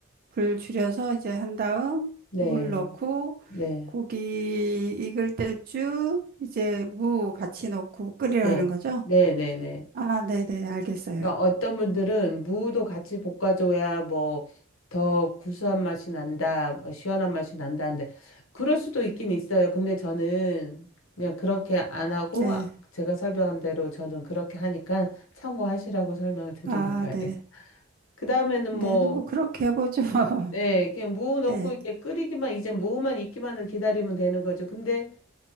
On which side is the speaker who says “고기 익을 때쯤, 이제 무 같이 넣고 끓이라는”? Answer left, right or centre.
Right